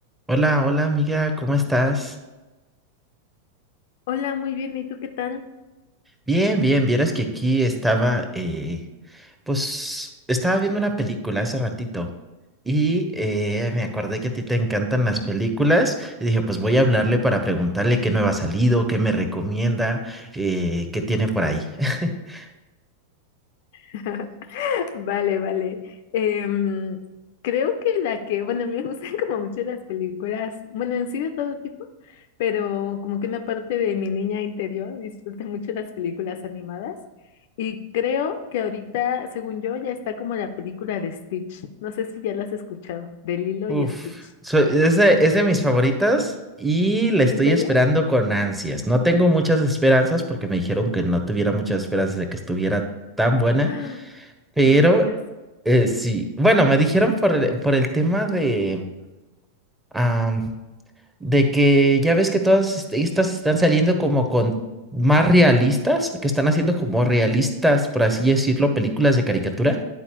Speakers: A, in the centre; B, on the left.
A: Hola, hola amiga, ¿cómo estás?
B: Hola, muy bien. ¿Y tú qué tal?
A: Bien, bien, vieras que aquí estaba, eh, pues estaba viendo una película hace ratito y eh, me acordé que a ti te encantan
B: Ujú.
A: las películas y dije, pues voy a hablarle para preguntarle qué nueva ha salido, qué me recomienda, eh, qué tiene por ahí. <laughs>
B: <laughs> Vale, vale. Em, creo que la que, bueno, a mí me <laughs> gustan como mucho las películas, bueno, en sí de todo tipo, pero como que una parte de mi niña interior disfruta mucho las películas animadas. Y creo que ahorita, según yo, ya está como la película de Stitch. No sé si ya la has escuchado, de Lilo
A: Uf,
B: y Stitch.
A: so- es de, es de mis favoritas y la estoy
B: ¿En serio?
A: esperando con ansias. No tengo muchas esperanzas porque me dijeron que no tuviera muchas esperanzas de que estuviera tan buena.
B: ¡Ah!
A: pero
B: No me digas.
A: Eh, sí, bueno, me dijeron por el, por el tema de, am, de que ya ves que todas este- estas están saliendo como con más realistas, que están haciendo como realistas, por así decirlo, películas de caricatura.